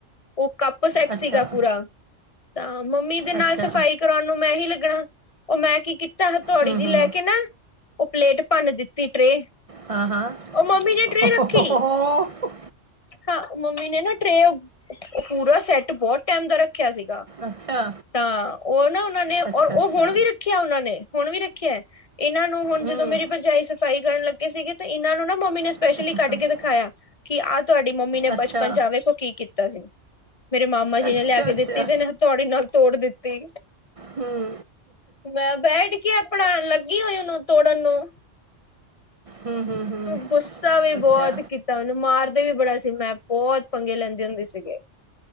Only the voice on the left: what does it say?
ਉਹ ਕਪ ਸੈਟ
ਸੀਗਾ ਪੂਰਾ, ਤਾ ਮੰਮੀ ਦੇ ਨਾਲ
ਸਫਾਈ ਕਰਾਉਣ ਨੂੰ ਮੈ ਹੀ ਲਗਣਾ, ਉਹ ਮੈ ਕੀ ਕੀਤਾ ਹਥੋੜੀ
ਜਿਹੀ
ਲੈ ਕੇ ਨਾ ਉਹ ਪਲੇਟ ਭੰਨ ਦਿੱਤੀ ਟਰੇ।
ਉਹ ਮੰਮੀ ਨੇ ਟਰੇ ਰੱਖੀ
ਹਾਂ ਮੰਮੀ ਨੇ ਨਾ ਟਰੇ, ਉਹ ਪੂਰਾ ਸੈਟ ਬਹੁਤ ਟਾਈਮ ਦਾ ਰੱਖਿਆ ਸੀਗਾ।
ਤਾਂ ਉਹ ਨਾ ਉਹਨਾਂ ਨੇ ਔਰ
ਉਹ
ਹੁਣ ਵੀ ਰੱਖਿਆ ਉਹਨਾ ਨੇ ਹੁਣ ਵੀ ਰੱਖਿਆ। ਇਹਨਾਂ ਨੂੰ ਹੁਣ ਜਦੋਂ
ਮੇਰੀ ਭਰਜਾਈ ਸਫ਼ਾਈ ਕਰਨ ਲਗੇ ਸੀਗੇ ਤੇ ਇਹਨਾਂ ਨੂੰ ਨਾ ਮੰਮੀ ਨੇ ਸਪੈਸ਼ਲੀ
ਕੱਢ ਕੇ ਦਿਖਾਇਆ। ਕਿ ਆਹ ਤੁਹਾਡੀ ਮੰਮੀ ਨੇ
ਬਚਪਨ ਚ ਆ ਵੇਖੋ ਕੀ ਕੀਤਾ ਸੀ। ਮੇਰੇ ਮਾਮਾ ਜੀ
ਨੇ ਲਿਆ ਕੇ
ਦਿੱਤੀ ਤੇ ਥੋਡੀ ਨਾਲ ਤੋੜ ਦਿੱਤੀ।
ਮੈ ਬੈਠ ਕੇ ਆਪਣਾ ਲੱਗ ਕੀ ਹੋਇਆ ਉਹਨੂੰ ਤੋੜਨ ਨੂੰ
ਗੁਸਾ ਵੀ
ਬਹੁਤ ਕੀਤ ਤਾਂ ਉਹਨੂੰ ਮਾਰਦੇ ਵੀ ਬੜਾ ਸੀ, ਮੈਂ ਬਹੁਤ ਪੰਗੇ ਲੈਂਦੇ ਹੁੰਦੇ ਸੀਗੇ।